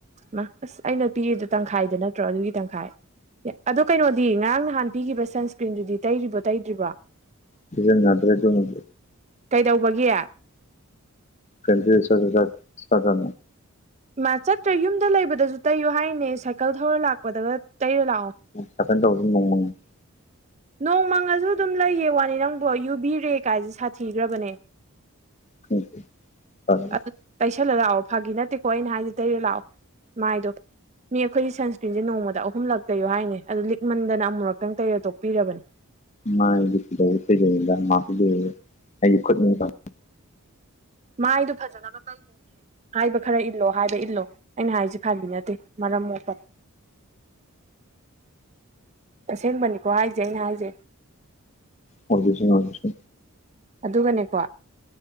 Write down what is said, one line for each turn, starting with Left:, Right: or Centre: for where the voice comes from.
Right: ꯃꯥ ꯑꯁ ꯑꯩꯅ ꯄꯤꯌꯦꯗꯣ ꯇꯪꯈꯥꯏꯗ ꯅꯠꯇ꯭ꯔꯣ ꯑꯗꯨꯒꯤ ꯇꯪꯈꯥꯏ ꯑꯗꯣ ꯀꯩꯅꯣꯗꯤ ꯉꯔꯥꯡ ꯅꯍꯥꯟ ꯄꯤꯈꯤꯕ ꯁꯟꯁ꯭ꯀ꯭ꯔꯤꯟꯗꯨꯗꯤ ꯇꯩꯔꯤꯕꯣ ꯇꯩꯇ꯭ꯔꯤꯕꯣ
Left: ꯁꯤꯖꯤꯟꯅꯗꯔꯦ ꯑꯗꯨꯃꯥꯗꯤ
Right: ꯀꯩꯗꯧꯕꯒꯤ
Left: ꯀꯟꯗꯤꯁꯟ ꯈꯔꯥ <unintelligible>
Right: ꯏꯃꯥꯏ ꯆꯠꯇ꯭ꯔꯦ ꯌꯨꯝꯗ ꯂꯩꯕꯗꯁꯨ ꯇꯩꯌꯣ ꯍꯥꯏꯔꯤꯅꯦ ꯁꯥꯏꯀꯜ ꯊꯧꯔ ꯂꯥꯛꯄꯗꯒ ꯇꯩꯔ ꯂꯥꯛꯑꯣ
Left: <unintelligible>
Right: ꯅꯣꯡꯃꯪꯉꯁꯨ ꯑꯗꯨꯝ ꯂꯩꯌꯦ ꯋꯥꯅꯤ ꯅꯪꯕꯣ ꯌꯨꯕꯤꯔꯦ ꯀꯥꯏꯁꯦ ꯁꯥꯊꯤꯈ꯭ꯔꯕꯅꯦ
Left: <unintelligible>
Right: ꯑꯗꯨ ꯇꯩꯁꯜꯂ ꯂꯥꯛꯑꯣ ꯐꯥꯒꯤ ꯅꯠꯇꯦꯀꯣ ꯑꯩꯅ ꯍꯥꯏꯖꯤ ꯇꯩꯔ ꯂꯥꯛꯑꯣ ꯃꯥꯏꯗꯣ ꯃꯤ ꯑꯩꯈꯣꯏꯒꯤ ꯁꯟꯁꯀ꯭ꯔꯤꯟꯁꯦ ꯅꯣꯡꯃꯗ ꯑꯍꯨꯝꯂꯛꯛꯇꯩꯌꯣ ꯍꯥꯏꯔꯤꯅꯦ ꯑꯗꯨ ꯂꯤꯛꯃꯟꯗꯅ ꯑꯃꯨꯛꯔꯛꯇꯪ ꯇꯩꯔꯣ ꯇꯣꯛꯄꯤꯔꯕꯅꯤ
Left: ꯃꯥꯏꯗꯤ ꯀꯩꯗꯧꯕꯩ ꯇꯩꯗꯣꯏꯅꯣꯗꯥ ꯑꯩ ꯈꯨꯠꯅ ꯍꯦꯟ
Right: ꯃꯥꯏꯗꯣ ꯐꯖꯅꯕ ꯇꯩꯗꯣꯏꯅꯦ ꯍꯥꯏꯕ ꯈꯔ ꯏꯜꯂꯣ ꯍꯥꯏꯕ ꯏꯜꯂꯣ ꯑꯩꯅ ꯍꯥꯏꯁꯦ ꯐꯥꯕꯤ ꯅꯠꯇꯦ ꯃꯔꯝ ꯃꯣꯛꯄꯅꯤ ꯑꯁꯦꯡꯕꯅꯤꯀꯣ ꯍꯥꯏꯁꯦ ꯑꯩꯅ ꯍꯥꯏꯁꯦ
Left: ꯑꯣꯏꯒꯦꯁꯦ ꯑꯣꯏꯒꯦꯁꯦ
Right: ꯑꯗꯨꯒꯅꯦꯀꯣ